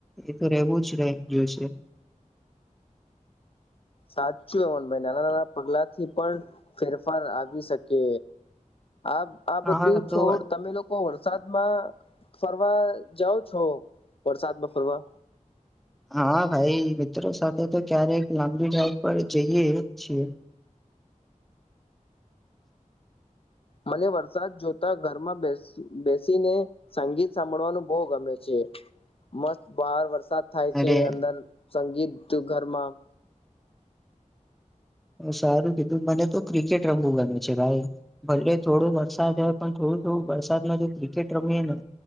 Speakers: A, in the centre; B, on the left.
A: એ તો રહેવું જ રહી જોશે
B: સાચું અમન ભાઈ નાના નાના પગલા થી પણ ફેરફાર આવી શકે આ આ બધું
A: હા તો
B: છોડ તમે લોકો વરસાદમાં ફરવા જાઓ છો વરસાદમાં ફરવા
A: હા ભાઈ મિત્રો સાથે તો ક્યારેક લાંબી ડ્રાઈવ પર જઈએ છીએ
B: મને વરસાદ જોતા ઘરમાં બેસ બેસીને સંગીત સાંભળવાનું બહુ ગમે છે મસ્ત બહાર વરસાદ થાય
A: અરે
B: છે અંદર સંગીત ઘરમાં
A: સારું કીધું મને તો ક્રિકેટ રમવું ગમે છે ભાઈ ભલે થોડો વરસાદ હોય પણડો વરસાદમાં ક્રિકેટ રમીએ ને